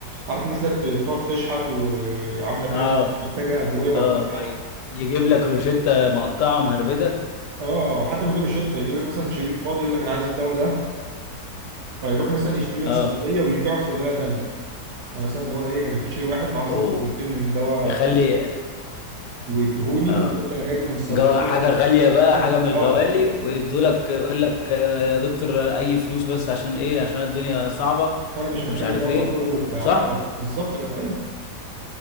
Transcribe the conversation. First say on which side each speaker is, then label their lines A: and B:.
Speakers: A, on the right; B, on the left.
A: عارف الناس اللي بت- بتقعد تشحت وعامله فيها
B: اه
A: محتاجه ادويه وبتاع
B: اه آه، ي- يجيب لك روشته مقطعه مهربده
A: اه وحتى من غير روشته يجيب لك مثلا شريط فاضي يقول لك انا عايز الدواء ده فيروح مثلا يشتري من
B: اه
A: صيدليه ويبيعه في صيدليه تانيه يعني مثلا اللي هو ايه كان يخش لي واحد معاه مثلا
B: اوه
A: سيرتين من دواء
B: بيخلي
A: ويديهوني
B: اه
A: ويقول لي انا جايبه من الصيدليه
B: جو حاجه
A: بس
B: غاليه
A: مش
B: بقى
A: محتاجه
B: حاجه من الغوالي
A: اه
B: ويدوا لك يقول لك آه، يا دكتور اي فلوس بس عشان ايه عشان الدنيا صعبه
A: وانا مش محتاج
B: ومش عارف
A: الدواء
B: ايه
A: ده خده وبتاع
B: صح
A: اه بالظبط كده ايوه